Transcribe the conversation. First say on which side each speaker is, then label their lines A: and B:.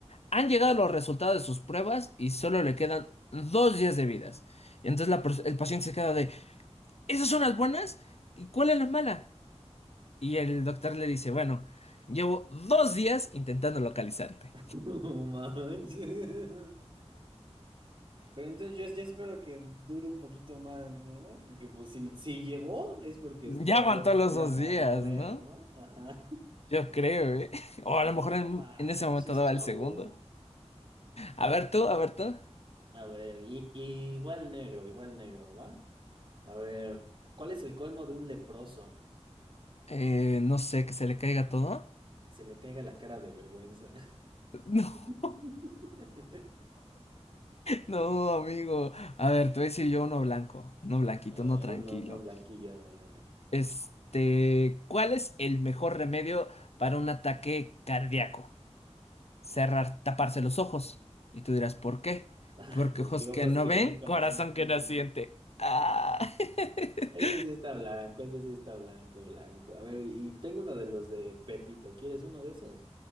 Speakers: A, on the left; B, on the right.
A: Han llegado los resultados de sus pruebas y solo le quedan dos días de vidas. Y entonces la pers- el paciente se queda de, ¿esas son las buenas? ¿Y cuál es la mala? Y el doctor le dice, bueno, llevo dos días intentando localizarte.
B: <laughs> No manches. Pero entonces yo, yo espero que dure un poquito más, ¿no? Porque pues si, si llegó es porque
A: Ya
B: es- todavía
A: aguantó
B: se
A: los
B: podía
A: dos
B: mo-
A: días,
B: mover,
A: ¿no?
B: ¿no? Ajá.
A: Yo creo, ¿eh? <laughs> O a lo mejor
B: No
A: en,
B: manches,
A: en ese momento daba
B: chavo.
A: el segundo. A ver tú, a ver tú.
B: A ver, y, y igual negro, igual negro, ¿va? A ver, ¿cuál es el colmo de un leproso?
A: Eh, no sé, que se le caiga todo.
B: Que se le caiga la cara de vergüenza.
A: <laughs>
B: <laughs>
A: No, no, amigo. A ver, te voy a decir yo uno blanco, uno blanquito,
B: A
A: uno
B: ver,
A: tranquilo.
B: uno, uno blanquillo, ándale, ándale.
A: Este, ¿cuál es el mejor remedio para un ataque cardíaco? Cerrar, taparse los ojos. Y tú dirás, ¿por qué?
B: <laughs>
A: Porque
B: Porque
A: ojos
B: ojos
A: que no
B: que
A: ven,
B: ven, corazón
A: corazón
B: que
A: que
B: no
A: no
B: tiene.
A: siente. Ah. <laughs>
B: Ese sí está blanco, ese sí está blanco, blanco. A ver, y tengo uno de los de Pepito. ¿Quieres uno de esos?